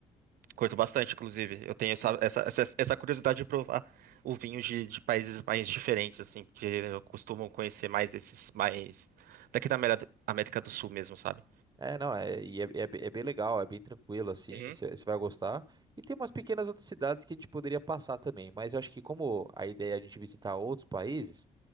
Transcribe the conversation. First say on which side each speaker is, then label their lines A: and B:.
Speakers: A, on the right; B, on the right.
A: Curto bastante, inclusive. Eu tenho essa, essa, essa, essa curiosidade de provar o vinho de, de países mais diferentes, assim, porque eu costumo conhecer mais esses mais daqui da América América do Sul mesmo, sabe?
B: É, não, é, e é, é be- é bem legal, é bem tranquilo, assim,
A: Uhum,
B: você vai gostar. E tem umas pequenas outras cidades que a gente poderia passar também, mas eu acho que como a ideia é a gente visitar outros países,